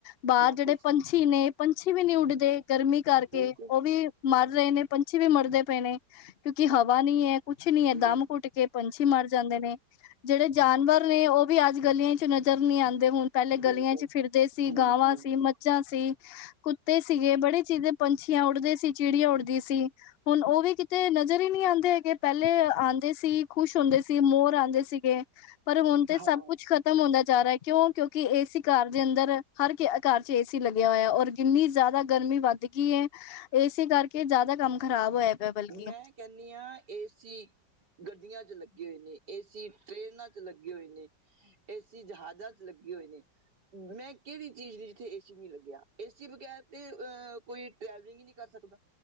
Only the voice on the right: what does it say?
ਨਾ
ਕੁਛ
ਨੀ
ਬਿਲਕੁਲ
ਬਿਲਕੁਲ
ਬਿਲਕੁਲ
ਹਮ
ਹਮ
ਹਾਂ
ਮੈਂ ਕੈਨੀ ਆ ਏਸੀ। ਗੱਡੀਆਂ ਚ ਲੱਗੇ ਹੋਏ ਨੇ, ਏਸੀ, ਟ੍ਰੇਨਾਂ ਚ ਲੱਗੇ ਹੋਏ ਨੇ। ਏ ਸੀ ਜਹਾਜ਼ਾਂ ਚ ਲੱਗੇ ਹੋਏ ਨੇ। ਮੈਂ ਕੇਰੀ ਚੀਜ਼ ਨੀ ਜਿੱਥੇ ਏ ਸੀ ਨੀ ਲੱਗਿਆ ਏ ਸੀ ਬਗੈਰ ਤੇ ਅਹ ਕੋਈ ਟਰੈਵਲਿੰਗ ਈ ਨੀ ਕਰ ਸਕਦਾ।